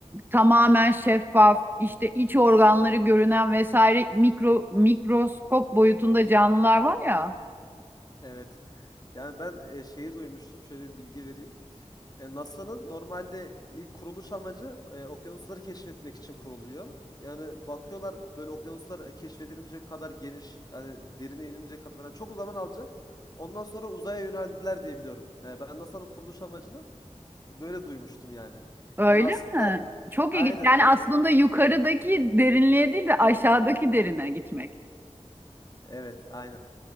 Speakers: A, on the right; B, on the left.
A: tamamen şeffaf işte iç organları görünen vesaire mikro mikroskop boyutunda canlılar var ya.
B: Evet. Yani ben e, şeyi duymuştum. Şöyle bir bilgi vereyim. E, NASA'nın normalde ilk kuruluş amacı e, okyanusları keşfetmek için kuruluyor. Yani bakıyorlar böyle okyanuslar e, keşfedilmeyecek kadar geniş, yani derine inilmeyecek kadar yani çok zaman alacak. Ondan sonra uzaya yöneldiler diye biliyorum. E, ben NASA'nın kuruluş amacını böyle duymuştum yani.
A: Öyle
B: Yani aslında
A: mi? Çok
B: aynen
A: ilginç. Yani
B: yani
A: aslında yukarıdaki derinliğe değil de aşağıdaki derine gitmek.
B: evet aynen.